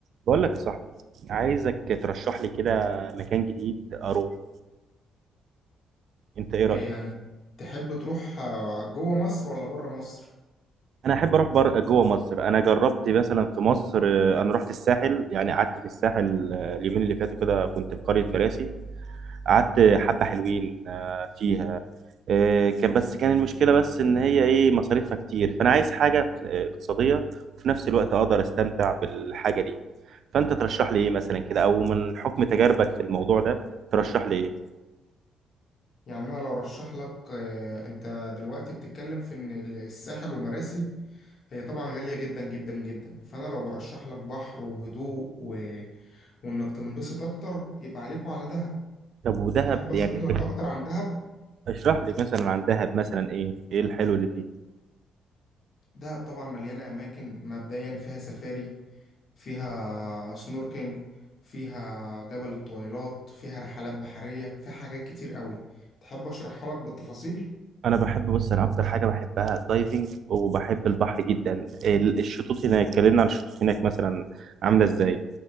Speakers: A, on the right; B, on the left.
A: بقول لك يا صاحبي عايزك ترشح لي كده مكان جديد اروحه انت ايه رايك
B: إيه يعني تحب تروح آه، جوه مصر ولا بره مصر
A: انا احب اروح بر... جوه مصر انا جربت مثلا في مصر آه، انا رحت الساحل يعني قعدت في الساحل آه، اليومين اللي فاتوا كده كنت في قريه مراسي قعدت حبه حلوين آه، فيها آه، كان بس كان المشكله بس ان هي ايه مصاريفها كتير فانا عايز حاجه آه، اقتصاديه وفي نفس الوقت اقدر استمتع بالحاجه دي فانت ترشح لي ايه مثلا كده او من حكم تجاربك في الموضوع ده ترشح لي ايه
B: يعني انا لو رشح لك آه، انت دلوقتي بتتكلم في ان الساحل ومراسي هي طبعا غالية جدا جدا جدا فانا لو برشح لك بحر وهدوء و... وانك تنبسط اكتر يبقى عليكوا على دهب
A: طب ودهب
B: تحب اشرح
A: يعني
B: لك اكتر عن دهب
A: اشرح لي مثلا عن دهب مثلا ايه ايه الحلو اللي فيه
B: دهب طبعا مليانة أماكن مبدئيا فيها سفاري فيها سنوركينج فيها جبل الطويلات فيها رحلات بحرية فيها حاجات كتير قوي تحب أشرحها لك بالتفاصيل؟
A: انا بحب بص انا اكتر حاجه بحبها الدايفنج وبحب البحر جدا ال- الشطوط هناك اتكلمنا عن الشطوط هناك مثلا عامله ازاي